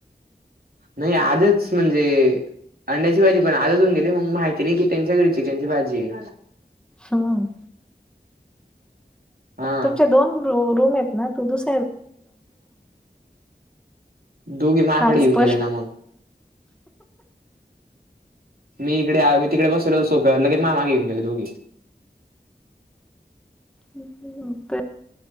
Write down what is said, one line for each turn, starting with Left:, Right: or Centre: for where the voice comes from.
Right: नाही आधीच म्हणजे- अंड्याची भाजी पण आजच होऊन गेली. मग माहिती नाही कि त्यांच्या घरी चिकनची भाजीए.
Centre: हम्म.
Right: हां,
Centre: तुमच्या दोन रूम आहेत ना? तू दुस-
Right: दोघी माह्याकडे
Centre: फार
Right: येऊन
Centre: स्पष्ट.
Right: गेल्या ना मग. मी इकडे आ, मी तिकडे बसलेलो सोफ्यावरती लगेच माझ्या मागे येऊन गेल्या दोघी.
Centre: <unintelligible>